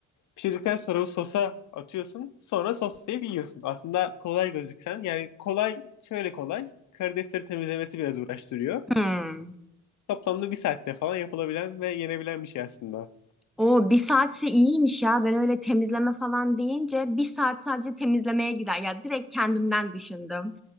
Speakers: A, on the left; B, in the centre.
A: Pişirdikten sonra o sosa atıyorsun. Sonra soslayıp yiyorsun. Aslında kolay gözüksen. Yani kolay şöyle kolay. Karidesleri temizlemesi biraz uğraştırıyor.
B: Hmm.
A: Toplamda bir saatte falan yapılabilen ve yenebilen bir şey aslında.
B: O bir saatse iyiymiş ya. Ben öyle temizleme falan deyince bir saat sadece temizlemeye gider. Ya direkt kendimden düşündüm.